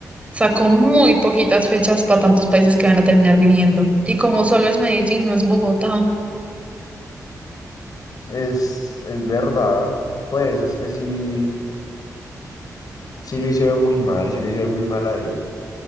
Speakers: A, on the right; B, on the left.
A: sacó muy poquitas fechas para tantos países que van a terminar viniendo. Y como solo es Medellín, no es Bogotá,
B: Es, es verdad, pues es que sí, sí lo hicieron muy mal, sí lo hicieron muy mal ahí.